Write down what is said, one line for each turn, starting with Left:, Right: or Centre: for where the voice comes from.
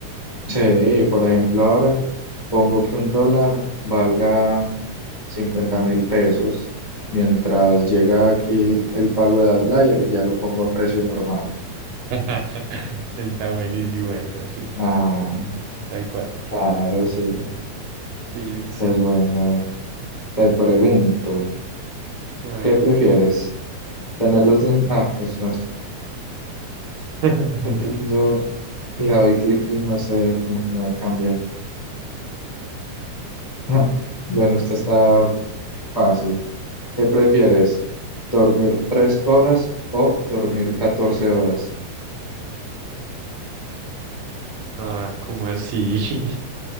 Left: Sí, por ejemplo, ahora pongo que un dólar valga cincuenta mil pesos mientras llega aquí el pago de Outlier y ya lo pongo a precio normal.
Right: <laughs> Está buenísimo esa, sí,
Left: Ah,
Right: tal cual.
Left: claro, sí.
Right: Sí, sí, sí.
Left: es bueno, a ver, te pregunto.
Right: A ver.
Left: ¿Qué prefieres? ¿Tener los dientes? Ah, pues no está.
Right: <laughs>
Left: No entiendo. Le doy clic y no sé, como que no me cambia. <laughs> Bueno, esto está fácil. ¿Qué prefieres? ¿Dormir tres horas o dormir 14 horas?
Right: Nada, como así? <laughs>